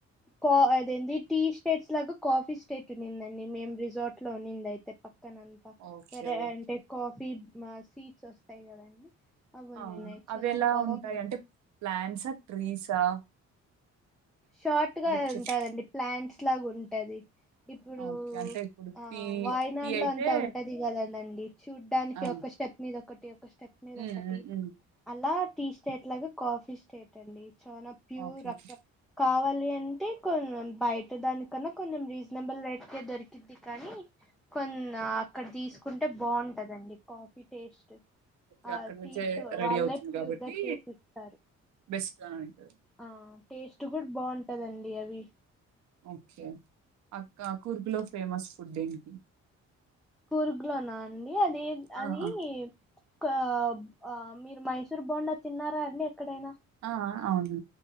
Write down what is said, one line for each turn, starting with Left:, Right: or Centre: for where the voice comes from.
Centre: కో అదేంది టీష్ స్టేట్స్ లాగా కాఫీ స్టెట్ ఉండిందండి మేం రిజార్ట్ లో ఉనింది అయితే పక్కనంత్ త
Right: ఓకే
Centre: వేరె
Right: ఓకే
Centre: అంటే కాఫీ సీడ్స్ వస్తాయి కదండి. అవి ఉన్నిన్నాయి
Right: ఆ అవి
Centre: చాలా
Right: ఎలా
Centre: బాగుంది
Right: ఉంటాయి అంటే ప్లాంట్సా, ట్రీసా
Centre: షార్ట్ గా
Right: అంటే చెట్
Centre: ఉంటాదండి ప్లాంట్స్ లాగా ఉంటది. ఇప్పుడూ
Right: ఓకే అంటే ఇప్పుడు
Centre: ఆ
Right: టీ
Centre: వాయినాడులో
Right: టీ అయితే
Centre: అంతా ఉంటది కదదండి చూడ్డానికి
Right: ఆ
Centre: ఒక స్టెప్. మీద ఒక్కటి ఒక స్టెప్ మీదా
Right: ఉమ్,
Centre: ఒక్కటి.
Right: ఉమ్, ఉమ్.
Centre: అలా టీ స్టేట్లాగా కాఫీ స్టేటండి చానా ప్యూర్
Right: ఓకే
Centre: రక
Right: ఓకే
Centre: కావాలి అంటే కొన్నం బయట దానికన్నా కొంచెం రీజనబుల్ రేట్కే దొరికిద్. ద్ది కానీ కొన్న్ ఆ అక్కడ తీసుకుంటే బాగుంటందండి కాఫీ టేస్ట్.
Right: ఓకే
Centre: ఆ
Right: అక్కడ
Centre: సీడ్సు
Right: నుంచే రెడీ
Centre: వాళ్ళే
Right: అవుతుంది
Centre: ప్యూర్
Right: కాబట్టి
Centre: గా చేశిస్తారు.
Right: బెస్ట్ అని అంటారు.
Centre: ఆ టేస్టు గూడ బాగుంటదండి అవి.
Right: ఓకే అక్కా కూర్గులో ఫేమస్ ఫుడ్ ఏంటి.
Centre: కూర్గులోనా అండి అదేం అదీ
Right: ఆ ఆ
Centre: కా ఆ మీరు మైసూర్ బోండా తిన్నారా అండి ఎక్కడైనా.
Right: ఆ ఆ అవునండి